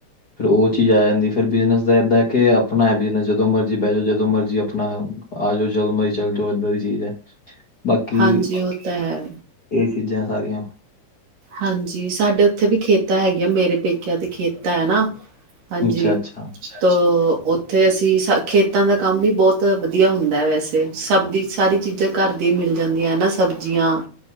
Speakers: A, on the left; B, on the right.
A: ਫੇਿਰ ਉਹ ਚੀਜ਼ ਆ ਜਾਂਦੀ ਫੇਿਰ ਫਿਰ ਫਿਰ ਉਹ ਚੀਜ਼ ਆ ਜਾਂਦੀ ਹੈ। ਫਿਰ ਬਿਜਨਸ ਦਾ ਏਦਾਂ ਹੈ ਕਿ ਆਪਣਾ ਹੈ ਬਿਜ਼ਨਸ ਜਦੋਂ ਮਰਜ਼ੀ ਬਹਿ ਜਾਓ ਜਦੋਂ ਮਰਜ਼ੀ ਆਪਣਾ ਆ ਜਾਓ, ਜਦੋ ਮਰਜ਼ੀ ਚਲੇ ਜਾਓ। ਏਦਾਂ ਦੀ ਚੀਜ਼ ਲੈਣ ਬਾਕੀ
B: ਹਾਂਜੀ ਉਹ ਤਾਂ ਹੈ
A: ਇਹ ਚੀਜ਼ਾਂ ਸਾਰੀਆਂ।
B: ਹਾਂਜੀ, ਸਾਡੇ ਉੱਥੇ ਵੀ ਖੇਤ ਤਾਂ ਹੈਗੀਆਂ, ਮੇਰੇ ਪੇਕਿਆਂ ਦੇ ਖੇਤ ਤਾਂ ਹੈ ਨਾ ਹਾਂਜੀ।
A: ਅੱਛਾ ਅੱਛਾ
B: ਤ ਉੱਥੇ ਅਸੀਂ ਖੇਤਾਂ ਦਾ ਕੰਮ ਵੀ ਬਹੁਤ ਵਧੀਆ ਹੁੰਦਾ ਹੈ ਵੈਸੇ। ਸੱਭ ਦੀ ਸਾਰੀ ਚੀਜ਼ਾਂ ਘਰ ਦੀ ਮਿਲ ਜਾਂਦੀਆਂ ਨਾ, ਸਬਜ਼ੀਆਂ।